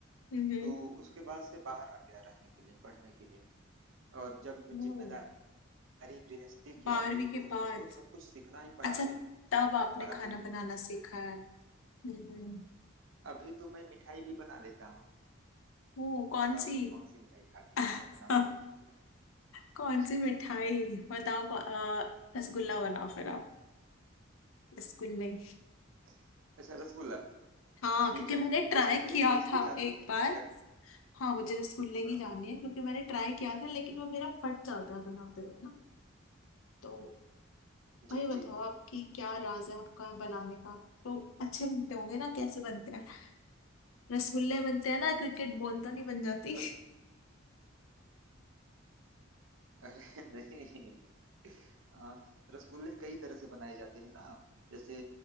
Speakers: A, on the left (about 80°); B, on the right (about 70°).
A: हम्म
B: तो उसके बाद से बाहर आ गया रहने के लिए पढ़ने के लिए और जब
A: हम्म
B: जिम्मेदारी गृहस्थी की
A: बारहवीं
B: आ गई तो
A: के बाद
B: समझो सब कुछ सीखना ही पड़ा
A: अच्छा
B: अभी
A: तब आपने
B: बारहवीं
A: खाना
B: के बाद
A: बनाना सीखा है हम्म
B: अभी तो मैं मिठाई भी बना लेता हूँ
A: वो कौन
B: बताओ
A: सी
B: तुम्हें कौन सी मिठाई खानी
A: <laughs>
B: है मैं बनाऊंगा और तुम्हें
A: कौन
B: खिलाऊंगा।
A: सी मिठाई बताओ अ, रसगुल्ला बनाओ फिर आप रसगुल्ले
B: <laughs> अच्छा रसगुल्ला
A: हाँ
B: ठीक
A: क्योंकि
B: है
A: मैंने ट्राई
B: रसगुल्ले
A: किया
B: की रेसिपी
A: था
B: जाननी
A: एक
B: है
A: बार
B: या
A: हाँ मुझे
B: हम्म
A: रसगुल्ले की
B: हम्म
A: जाननी
B: हम्म,
A: है क्योंकि मैंने ट्राई किया था लेकिन वो मेरा फट जाता है बनाते हुए ना तो
B: जी
A: वही बताओ
B: जी
A: आपकी क्या राज है आपका बनाने का तो अच्छे बनते होंगे ना कैसे बनते हैं रसगुल्ले बनते हैं ना क्रिकेट बॉल तो नहीं बन जाती
B: अ- अरे <laughs> नहीं हाँ, रसगुल्ले कई तरह से बनाए जाते हैं ना जैसे